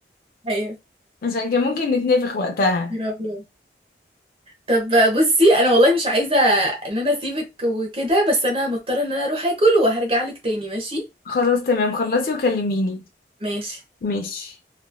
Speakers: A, on the right; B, on the left.
A: ايوه
B: عشان كان ممكن نتنفخ وقتها
A: يا رب. طب بصي انا والله مش عايزه ان انا اسيبك وكده بس انا مضطره ان انا اروح اكل وهرجع لك تاني ماشي
B: خلاص تمام خلصي وكلميني
A: ماشي
B: ماشي